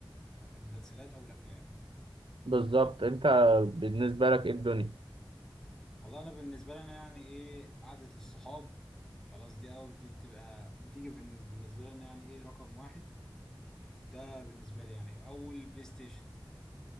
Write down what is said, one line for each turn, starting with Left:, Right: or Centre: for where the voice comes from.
Centre: المسلسلات او الافلام
Right: بالظبط انت بالنسبه لك ايه الدنيا
Centre: والله انا بالنسبه لي انا يعني ايه قعده الصحاب خلاص دي او دي بتبقى بتيجي بن- بالنسبه لي انا يعني ايه رقم واحد ده بالنسبه لي يعني اول بلاي ستيشن